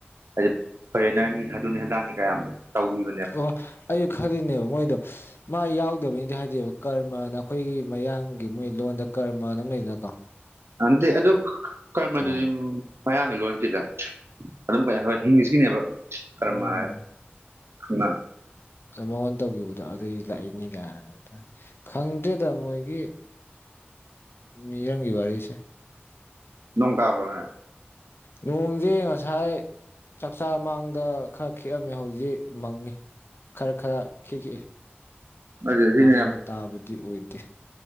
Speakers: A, on the right; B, on the left.
A: ꯍꯥꯏꯗꯤ ꯐꯣꯔꯦꯟꯅꯔꯅꯤ ꯑꯗꯨꯅꯤ ꯑꯗꯥꯅꯤ ꯀꯥ ꯌꯥꯝ ꯇꯧꯕꯤꯌꯨ
B: ꯑꯣ ꯑꯩꯁꯨ ꯈꯜꯂꯤꯅꯦꯕ ꯃꯣꯏꯗꯣ ꯃꯥ ꯌꯥꯎꯗꯕꯅꯤꯗꯤ ꯍꯥꯏꯗꯦꯕ ꯀꯔꯃꯅ ꯑꯩꯈꯣꯏꯒꯤ ꯃꯌꯥꯡꯒꯤ ꯃꯣꯏ ꯂꯣꯟꯗ ꯀꯔꯃꯅ ꯂꯩꯗꯅꯀꯣ
A: ꯑꯗꯤ ꯑꯗꯨ ꯀꯔꯃ
B: ꯊꯥꯎ
A: ꯗꯨꯗꯤ ꯃꯌꯥꯡꯒꯤ ꯂꯣꯟ ꯅꯠꯇꯦꯗ ꯑꯗꯨꯝ ꯀꯩꯅꯣ ꯏꯡꯂꯤꯁꯀꯤꯅꯦꯕ ꯀꯔꯃ
B: ꯎꯝ
A: ꯍꯥꯏ ꯏꯃꯥ
B: ꯃꯉꯣꯟ ꯇꯧꯈꯤꯕꯗꯣ ꯑꯗꯨꯏ ꯂꯥꯛꯏꯅꯤꯒꯥꯏ ꯑ ꯈꯪꯗꯦꯗ ꯃꯣꯏꯒꯤ ꯃꯤꯔꯝꯒꯤ ꯋꯥꯔꯤꯁꯦ
A: ꯅꯣꯡ ꯇꯥꯕ꯭ꯔꯣꯅꯦ
B: ꯅꯣꯡꯁꯦ ꯉꯁꯥꯏ ꯆꯥꯛꯆꯥ ꯃꯥꯡꯗ ꯈꯔ ꯈꯤꯛꯑꯝꯃꯦ ꯍꯧꯖꯤꯛ ꯃꯪꯉꯤ ꯈꯔ ꯈꯔ ꯈꯤꯛꯏ
A: ꯑꯗꯨ ꯁꯤꯅ
B: ꯌꯥꯝꯅ ꯇꯥꯕꯗꯤ ꯑꯣꯏꯗꯦ